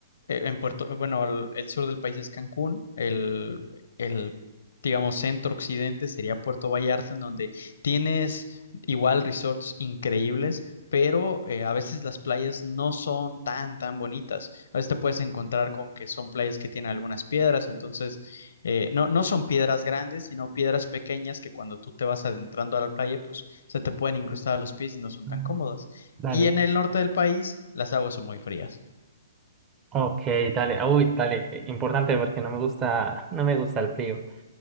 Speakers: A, on the left; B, on the right.
A: eh, en Puerto, bueno, el, el sur del país es Cancún, el, el, digamos, centro occidente sería Puerto Vallarta, en donde tienes igual resorts increíbles, pero eh, a veces las playas no son tan, tan bonitas. A veces te puedes encontrar con que son playas que tienen algunas piedras, entonces eh, no, no son piedras grandes, sino piedras pequeñas que cuando tú te vas adentrando a la playa, pues se te pueden incrustar a los pies y no son
B: Mm,
A: tan cómodas.
B: Dale.
A: Y en el norte del país, las aguas son muy frías.
B: Ok, dale. Uy, dale. eh, Importante porque no me gusta, no me gusta el frío.